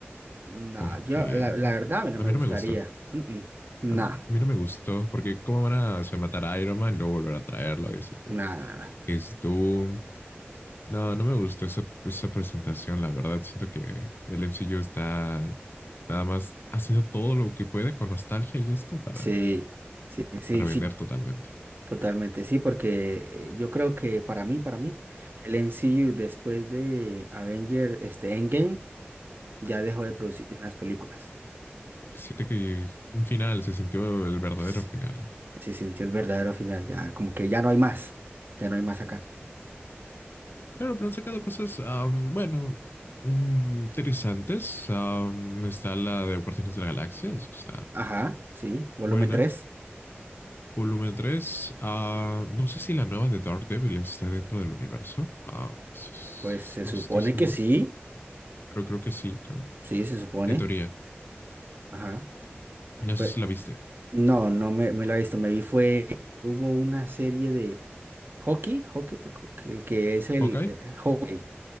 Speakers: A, on the right; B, on the left.
A: No,
B: Porque
A: yo, la, la verdad, a mí no
B: a
A: me
B: mí
A: gustaría.
B: no me gusta,
A: Mm, mm. Nah,
B: a mí, a mí no me gustó, porque cómo van a, se matar a Iron Man y luego volver a traerlo, dice que
A: nah, nah, nah.
B: es Doom. No, no me gustó esa, esa presentación, la verdad, siento que el MCU está nada más haciendo todo lo que puede con nostalgia y esto para,
A: Sí, sí, sí,
B: para
A: sí.
B: vender totalmente.
A: Totalmente, sí, porque eh, yo creo que para mí, para mí, el MCU después de Avenger, este Endgame, ya dejó de producir las películas.
B: que siente que un final se sintió el verdadero
A: S-
B: final.
A: Se sintió el verdadero final, ya como que ya no hay más, ya no hay más acá.
B: Claro, pero han sacado cosas, am, bueno, mm, interesantes. Am, está la de Guardianes de la Galaxia, eso está
A: Ajá, sí, volumen
B: buena.
A: tres
B: Volumen tres ah, no sé si la nueva de Daredevil está dentro del universo. Ah, eso es-
A: pues
B: es-
A: se
B: no
A: supone
B: estoy seguro,
A: que sí,
B: pero creo que sí, ¿no?
A: sí, se supone,
B: En teoría.
A: ajá.
B: No
A: Pues
B: sé si la viste.
A: no, no me, me la he visto, me vi fue, hubo una serie de hockey, hockey, co- que- el que es el
B: ¿Hawkeye?
A: eh, hockey